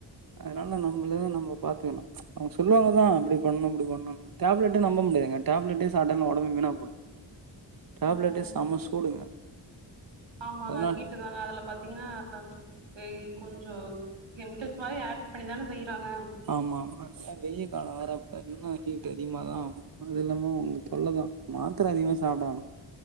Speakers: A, on the right; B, on the right.
A: அதனாலதா நம்மள நம்ம பாத்துக்கணு அவ்ங்க சொல்லுவாங்கதா அப்டி பண்ணு இப்டி பண்ணு டப்லெட்ட நம்ப முடியாங்க டப்லட்ட சாட்டா ஒடம்பு வீணா போயிரு டேப்லெட்டெ
B: ம்
A: சம சூடுங்க
B: ஆமாங்க
A: அதனால
B: ஹீட்டு தாங்க அதுல பாத்தீங்ன்னா <unintelligible> கொஞ்சொ கெமிக்கல்ஸ் மாரி அட் பண்ணிதான செய்றாங்க
A: ஆமா ஆமா அதெல்லா வெயில் காலொ வேற இப்ப இன்னு ஹீட் அதிகமாதா ஆவு அது இல்லாம உங்க தொல்ல தா மாத்ர அதிகமா சாப்ட வனா